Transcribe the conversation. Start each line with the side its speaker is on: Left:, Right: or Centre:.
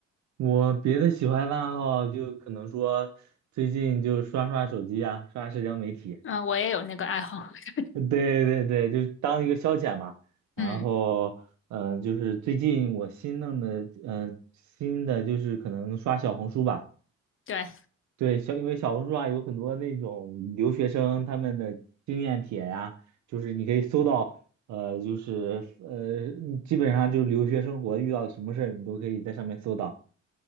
Right: 我别的喜欢的爱好就可能说最近就刷刷手机啊，刷社交媒体。
Left: 嗯，我也有那个爱好。<laughs>
Right: 对对对，就是当一个消遣嘛。然后，
Left: 嗯，
Right: 呃，就是最近我新弄的，呃，新的就是可能刷小红书吧。
Left: 对
Right: 对，小，因为小红书啊有很多那种留学生他们的经验帖呀，就是你可以搜到，呃，就是呃，基本上就是留学生活遇到什么事儿，你都可以在上面搜到。